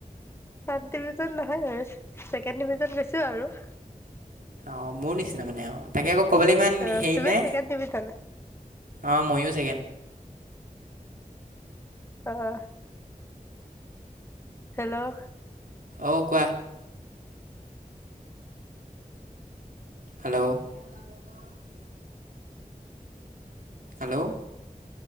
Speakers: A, on the left (about 15°); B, on the right (about 70°).
A: ফাৰ্ষ্ট ডিভিজন নহয় ব ছেকেণ্ড ডিভিজন গৈছোঁ আৰু।
B: অ', মোৰ নিচিনা মানে। অ', তাকে আকৌ ক'বলৈ ইমান
A: অ
B: হেৰি
A: তুমি
B: নে।
A: ছেকেণ্ড ডিভিজন
B: অ', ময়ো ছেকেণ্ড।
A: অ', হেল্ল'
B: অ', কোৱা। হেল্ল' <unintelligible> হেল্ল'